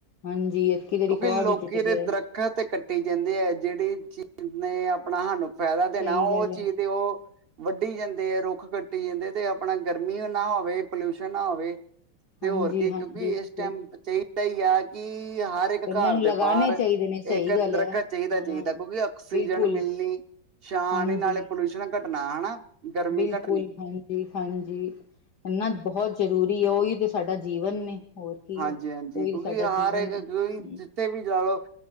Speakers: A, on the left; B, on the right.
A: ਹਾਂਜੀ। ਤੇ
B: ਕਿਉਂਕਿ
A: ਰਿਕਾਰਡ
B: ਲੋਕੀ
A: ਹੀ ਟੁੱਟ
B: ਤੇ
A: ਗਿਆ
B: ਦਰਖਤ ਦਰੱਖਤ ਤੇ ਕੱਟੀ ਜਾਂਦੀ ਹੈ, ਜਿਹੜੀ ਚੀਜ਼ ਨੇ ਆਪਣਾ ਸਾਨੂੰ ਫਾਇਦਾ ਦੇਣਾ
A: ਸਹੀ
B: ਉਹ
A: ਗੱਲ
B: ਚੀਜ਼
A: ਹੈ
B: ਤੇ ਉਹ ਵੱਢੀ ਜਾਂਦੇ ਹੈ ਰੁੱਖ ਕੱਟੀ ਜਾਂਦੇ, ਤੇ ਆਪਣਾ ਗਰਮੀ ਨਾ ਹੋਵੇ ਪੋਲਿਊਸ਼ਨ ਨਾ ਹੋਵੇ। ਤੇ
A: ਹਾਂਜੀ
B: ਹੋਰ ਕੀ
A: ਹਾਂਜੀ
B: ਕਿਉਂਕਿ
A: ਬਿਲਕੁਲ
B: ਇਸ ਟਾਈਮ ਚਾਹੀਦਾ ਹੀ ਆ। ਕਿ ਹਰ ਇੱਕ
A: ਬੰਦਿਆਂ
B: ਘਰ
A: ਨੂੰ
B: ਦੇ
A: ਲਗਾਣੇ
B: ਬਾਹਰ
A: ਚਾਹੀਦੇ ਨੇ ਸਹੀ
B: ਇੱਕ
A: ਗੱਲ
B: ਦਰੱਖਤ
A: ਹੈ
B: ਚਾਹੀਦਾ,
A: ਹਾਂ
B: ਚਾਹੀਦਾ ਕਿਉਂਕਿ ਆਕਸੀਜਨ
A: ਬਿਲਕੁਲ
B: ਮਿਲਣੀ ਛਾਂ
A: ਹਾਂਜੀ
B: ਨੇ ਇਹ ਨਾਲੇ ਪੋਲਿਊਸ਼ਨ ਘਟਣਾ ਹਨਾ। ਗਰਮੀ
A: ਬਿਲਕੁਲ
B: ਘਟਣੀ
A: ਹਾਂ ਹਾਂਜੀ ਹਨਾ ਬਹੁਤ ਜ਼ਰੂਰੀ ਆ ਉਹੀ ਤੇ ਸਾਡਾ ਜੀਵਨ ਨੇ ਹੋਰ ਕੀ
B: ਹਾਂਜੀ,
A: ਹੈ
B: ਹਾਂਜੀ
A: ਉਹੀ
B: ਕਿਉਂਕਿ
A: ਤੇ ਸਾਡਾ
B: ਹਰ
A: ਜੀਵਨ
B: ਇੱਕ
A: ਨੇ
B: ਜਿੱਥੇ ਵੀ ਜਾਓ